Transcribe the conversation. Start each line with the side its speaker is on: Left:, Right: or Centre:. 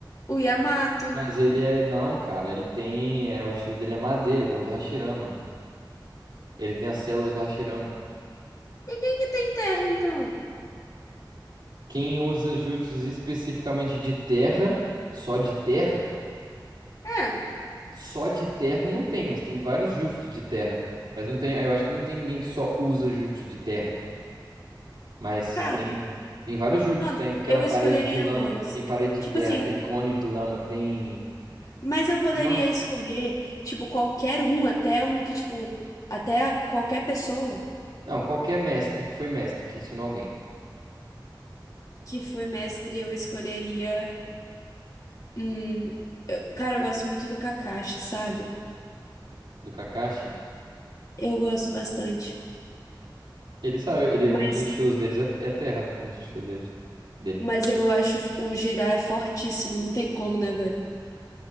Left: o Yamato.
Right: Mas ele é. Não, cara. Ele tem. É, o estilo dele é madeira, igual o do Hashirama. Ele tem as células do Hashirama.
Left: E quem que tem terra, então?
Right: Quem usa jutsus especificamente de terra, só de terra,
Left: É,
Right: só de terra não tem, mas tem vários jutsus de terra. Mas não tem. Eu acho que não tem ninguém que só usa jutsu de terra. Mas
Left: cara,
Right: tem. Tem vários jutsus.
Left: mano,
Right: Tem aquela
Left: eu
Right: parede
Left: escolheria
Right: de lama,
Left: dois.
Right: tem parede de
Left: Tipo
Right: terra,
Left: assim,
Right: tem clone de lama, tem.
Left: mas eu poderia
Right: Nossa.
Left: escolher, tipo, qualquer um, até um que, tipo, até qualquer pessoa
Right: Não, qualquer mestre que foi mestre, que ensinou alguém
Left: que foi mestre, eu escolheria. Hum, eu- cara, eu gosto muito do Kakashi, sabe?
Right: do Kakashi,
Left: Eu gosto bastante.
Right: ele sabe, ele,
Left: Mas,
Right: um dos estilos deles é, é terra, um dos estilos deles, dele.
Left: mas eu acho o Jiraiya fortíssimo, não tem como, né, velho?